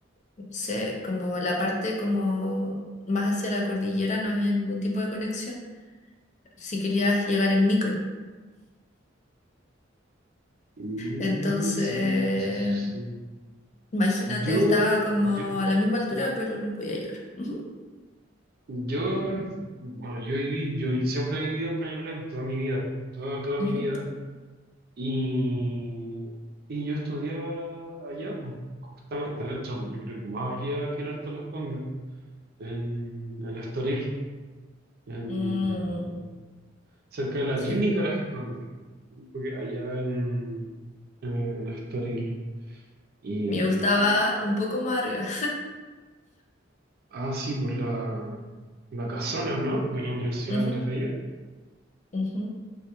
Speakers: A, on the left (about 40°); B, on the right (about 55°).
A: no sé, como la parte como más hacia la cordillera no había ningún tipo de conexión, si querías llegar en micro.
B: Mm,
A: Entonces,
B: sí, sí, sí, sí.
A: imagínate,
B: Yo,
A: estaba como
B: yo,
A: a la misma altura, pero no podía llegar. Ujú,
B: yo, bueno, yo viví, yo vi- siempre he vivido en Peñalolén toda mi vida, toda, toda mi
A: ujú.
B: vida. Y, y yo estudiaba allá, pues, justamente, de hecho, yo creo que más arriba que el Alto de Las Condes, en, en Estoril, en-
A: Mm.
B: cerca de la
A: Sí,
B: clínica Las Condes, porque allá en, eh, en Estoril. Y,
A: me gustaba un poco más arriba.
B: ah, sí, pues la, la casona, ¿no? De la Universidad
A: <laughs> Ujú,
B: Andrés Bello.
A: ujú.